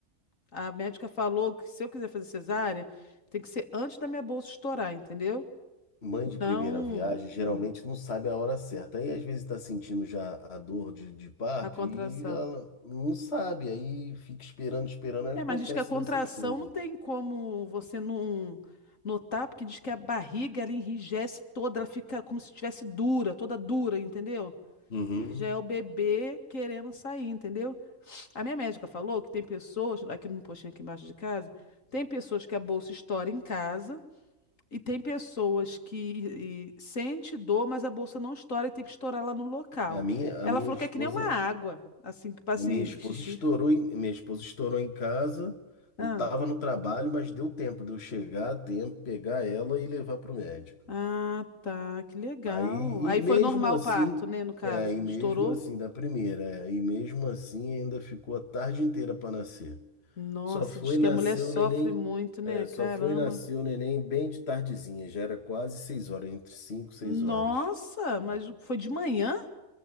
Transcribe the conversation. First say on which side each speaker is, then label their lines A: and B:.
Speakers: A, on the left (about 60°); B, on the left (about 45°).
A: A médica falou que se eu quiser fazer cesárea, tem que ser antes da minha bolsa estourar, entendeu?
B: mãe de primeira
A: Não,
B: viagem geralmente
A: hum,
B: não sabe a hora certa. Aí às vezes está sentindo já a dor de, de parto
A: a contração.
B: e ela não sabe, aí fica esperando, esperando, aí
A: É,
B: acontece
A: mas diz que a contração
B: dessas coisas.
A: não tem como você não notar, porque diz que a barriga ela enrijece toda, ela fica como se estivesse dura, toda dura, entendeu?
B: Uhum.
A: que já é o bebê querendo sair, entendeu? A minha médica falou que tem pessoas, aqui no postinho aqui embaixo de casa, tem pessoas que a bolsa estoura em casa e tem pessoas que e, sente dor, mas a bolsa não estoura e tem que estourar lá no local.
B: A minha,
A: Ela
B: a minha
A: falou
B: esposa,
A: que é que nem uma água, assim, que passa
B: a minha esposa
A: xixi.
B: estourou em, minha esposa estourou em casa.
A: Ah,
B: Eu tava no trabalho, mas deu tempo de eu chegar a tempo, pegar ela e levar pro médico.
A: ah, tá, que legal.
B: Aí,
A: Aí
B: e mesmo
A: foi normal
B: assim,
A: o parto, né, no caso?
B: é, e mesmo
A: Estourou?
B: assim, da primeira, é, e mesmo assim ainda ficou a tarde inteira para nascer.
A: Nossa,
B: Só foi
A: diz que
B: nascer
A: a mulher sofre
B: o neném,
A: muito, né?
B: é, só
A: Caramba.
B: foi nascer o neném bem de tardezinha, já era quase seis horas, entre cinco e seis
A: Nossa,
B: horas. Minha
A: mas
B: filha.
A: foi de manhã?